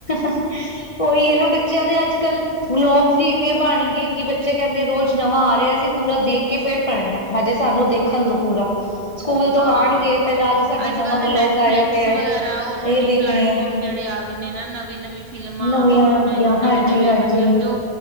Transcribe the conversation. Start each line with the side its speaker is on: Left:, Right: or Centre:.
Left: ਉਹੀ ਐ ਨਾ ਬੱਚਿਆਂ ਦੇ ਅੱਜ ਕੱਲ ਵਲੋਗਸ ਵੀ ਇੰਨੇ ਬਣ ਗਏ ਕਿ ਬੱਚੇ ਕੈਂਦੇ ਰੋਜ਼ ਨਵਾਂ ਆ ਰਿਆ ਸੀ ਪੂਰਾ ਦੇਖ ਕੇ ਫਿਰ ਪੜਨਾ ਹਜੇ ਸਾਨੂੰ ਦੇਖਣ ਦੋ ਪੂਰਾ ਸਕੂਲ ਤੋਂ
Right: ਹਾਂ
Left: ਆਉਣਗੇ ਪਹਿਲਾਂ ਸਾਡਾ
Right: ਅੱਜ
Left: ਨਵਾਂ
Right: ਕੱਲ ਤਾਂ
Left: ਵਲੋਗ
Right: ਨੈਟਫਲਿਕਸ
Left: ਆਇਆ ਪਿਆ
Right: ਵਗੈ ਓ ਟੀ-ਟੀ
Left: ਇਹ ਦੇਖਣੇ
Right: ਪਲੈਟਫਾਰਮ
Left: ਆ
Right: ਜੇੜੇ ਆ ਗਏ ਨੇ ਨਾ ਨਵੀਂ-ਨਵੀਂ ਫਿਲਮਾਂ
Left: ਨਵੀਆਂ
Right: ਆ ਗਈਆਂ
Left: ਆਗੀਆਂ
Right: ਓ
Left: ਹਾਂਜੀ
Right: ਨਵੇਂ-ਨਵੇਂ
Left: ਹਾਂਜੀ
Right: ਮਤਲਬ ਜੋ